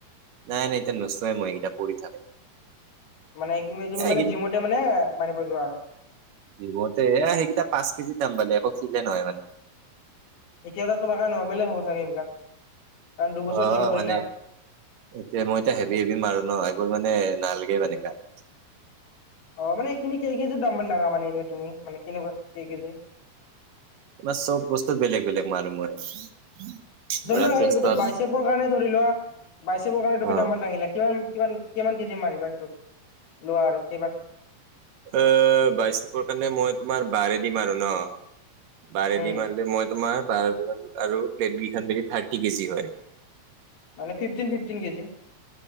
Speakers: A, on the right; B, on the left.
A: নাই নাই এতিয়া নোচে মই এইকেইটা পৰি থাকে।
B: মানে কিমি তুমি
A: এ
B: মানে জিমতে মানে মাৰিব যোৱা আৰু।
A: জিমতে এ সেইকেইটা পাঁচ কেজি দামবালে একো ফিলে নহয় মানে।
B: এতিয়াতো তোমাৰ নৰ্মেলে হ'ব চাগে এইবিলাক কাৰণ দুবছৰ
A: অ
B: জিম
A: মানে
B: কৰিলা।
A: এতিয়া মই এতিয়া হেভি হেভি মাৰো ন এইবোৰ মানে নালাগে মানে গাত।
B: অ', মানে তুমি কেই কেজিৰ দাম্বল ডাঙা মানে এনে তুমি মানে কেনেকুৱা কেই কেজি।
A: তাৰ চব বস্তু বেলেগ বেলেগ মাৰো মই। ধৰা
B: ধৰি লোৱা
A: চেষ্টত
B: এইটা বাইচেপৰ কাৰণে ধৰি লোৱা বাইচেপৰ কাৰণে তুমি
A: অ
B: দাম্বেল দাঙিলা কিমান কিমান কিমান কেজি মাৰিবা স তোক লোৱা আৰু কেইবাৰ।
A: অ', বাইচেপৰ কাৰণে মই তোমাৰ বাৰে দিম আৰু ন। বাৰে
B: উম
A: দি মালি মই তোমাৰ বাৰাডাল আৰু প্লেট কেইখন মেলি থাৰ্টি কেজি হয়।
B: মানে ফিফটিন ফিফটিন কেজি